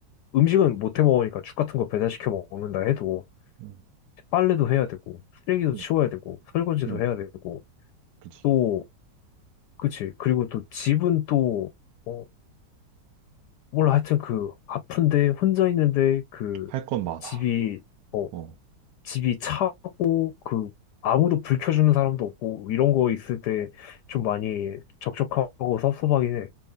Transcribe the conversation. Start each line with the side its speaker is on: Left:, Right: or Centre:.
Left: 음식은 못 해 먹으니까 죽 같은 거 배달시켜 먹는다 해도
Right: 응.
Left: 빨래도 해야 되고 쓰레기도
Right: 응.
Left: 치워야 되고 설거지도
Right: 응.
Left: 해야 되고
Right: 그치.
Left: 또 그치 그리고 또 집은 또 어, 몰라 하여튼 그 아픈데 혼자 있는데 그
Right: 할 건 많아.
Left: 집이 어,
Right: 어.
Left: 집이 차고 그 아무도 불 켜주는 사람도 없고 이런 거 있을 때 좀 많이 적적하고 섭섭하긴 해.